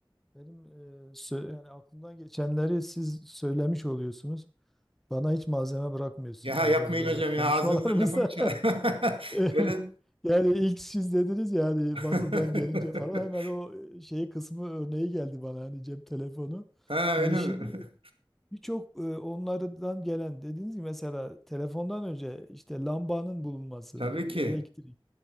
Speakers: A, in the centre; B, on the right.
A: benim e, sö- yani aklımdan geçenleri siz söylemiş oluyorsunuz. Bana hiç malzeme bırakmıyorsunuz
B: ya
A: hocam
B: yapmayın
A: böyle
B: hocam
A: konuşmalarımızda.
B: ya ağzınıza lafımı çal. <laughs>
A: <laughs>
B: Öyle.
A: <laughs> Yani ilk siz dediniz ya hani
B: <laughs>
A: batıdan gelince falan hemen o şeyi kısmı örneği geldi bana hani cep telefonu.
B: Ha
A: Yani
B: öyle
A: şimdi
B: mi? <laughs>
A: birçok e, onlardan gelen dediğiniz gibi mesela telefondan önce işte lambanın bulunması,
B: Tabii ki.
A: elektrik.